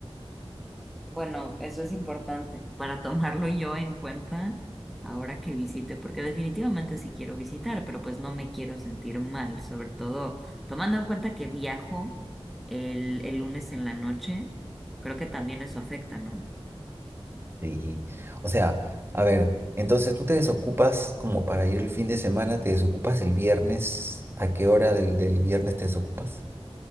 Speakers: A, in the centre; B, on the right.
A: Bueno, eso es importante para tomarlo yo en cuenta ahora que visite, porque definitivamente sí quiero visitar, pero pues no me quiero sentir mal, sobre todo tomando en cuenta que viajo el, el lunes en la noche, creo que también eso afecta, ¿no?
B: sí. O sea, a ver, entonces tú te desocupas como para ir el fin de semana, te desocupas el viernes, ¿a qué hora del, del viernes te desocupas?